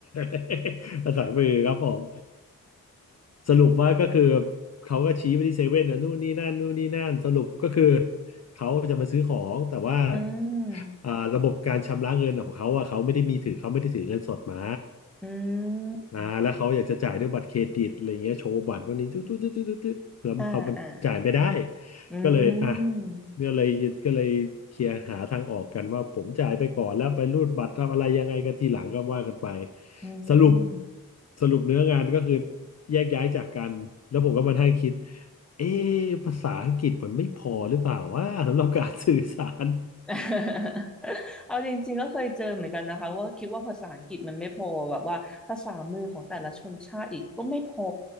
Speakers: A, on the left (about 45°); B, in the centre.
A: <laughs> ภาษามือครับผม สรุปว่าก็คือเขาก็ชี้ไปที่เซเว่นนะนู่นนี่นั่นนู่นนี่นั่นสรุปก็คือเขาจะมาซื้อของแต่ว่า
B: <laughs> อืม
A: อ่าระบบการชำระเงินของเขาอ่ะเขาไม่ได้มีถือเขาไม่ได้ถือเงินสดมา
B: อื
A: อ่าแล้วเขาอยากจะจ่ายด้วยบัตรเครดิตอะไรเงี้ยโชว์บัตรวันนี้ตุ๊ดตุ๊ดตุ๊ดตุ๊ดตุ๊ดแล้วเขามันจ่ายไม่ได้
B: มอ่าอ่าอืม
A: ก็เลยอ่ะ ก็เลยก็เลยเคลียร์หาทางออกกันว่าผมจ่ายไปก่อนแล้วไปรูดบัตรทำอะไรยังไงกันทีหลังก็ว่ากันไป
B: อื
A: สรุป
B: ม
A: สรุปเนื้องานก็คือแยกย้ายจากกันแล้วผมก็มาให้คิดเอ๊ะภาษาอังกฤษมันไม่พอหรือเปล่าว่าสำหรับการสื่อสาร
B: <laughs> เอาจริงๆก็เคยเจอเหมือนกันนะคะว่าคิดว่าภาษาอังกฤษมันไม่พอแบบว่าภาษามือของแต่ละชนชาติอีกก็ไม่พอ